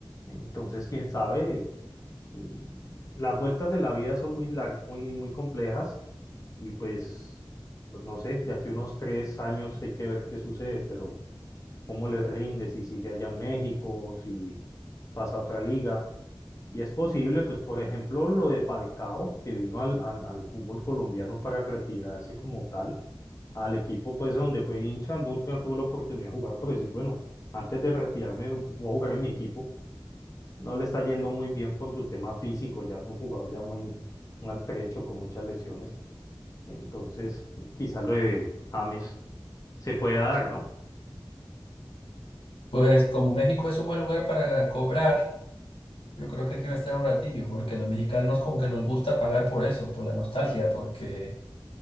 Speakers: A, on the left; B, on the left.
A: Entonces, quién sabe, Mm, las vueltas de la vida son muy largas, muy, muy complejas y pues, no sé, de aquí a unos tres años hay que ver qué sucede, pero cómo les rinde si sigue allá en México, si pasa a otra liga. Y es posible, pues por ejemplo, lo de Falcao, que vino al, al, al fútbol colombiano para retirarse como tal, al equipo pues donde fue hincha, nunca tuvo la oportunidad de jugar, pero decir, bueno, antes de retirarme voy a jugar en mi equipo. No le está yendo muy bien por su tema físico, ya es un jugador ya muy maltrecho, con muchas lesiones. Entonces, quizás lo de James se pueda dar, ¿no?
B: Pues como México es un buen lugar para cobrar, yo creo que aquí va a estar un ratillo, porque a los mexicanos como que nos gusta pagar por eso, por la nostalgia, porque